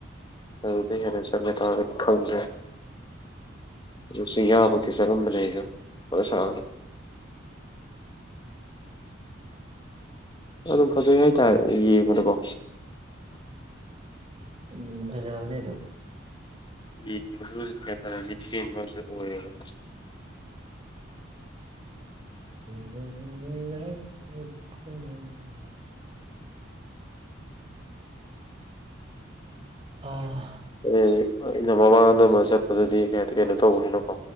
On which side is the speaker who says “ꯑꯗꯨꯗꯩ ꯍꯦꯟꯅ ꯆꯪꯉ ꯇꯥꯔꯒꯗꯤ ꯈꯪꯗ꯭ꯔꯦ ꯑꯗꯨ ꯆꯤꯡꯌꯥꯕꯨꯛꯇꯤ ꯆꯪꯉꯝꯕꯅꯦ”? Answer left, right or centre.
Left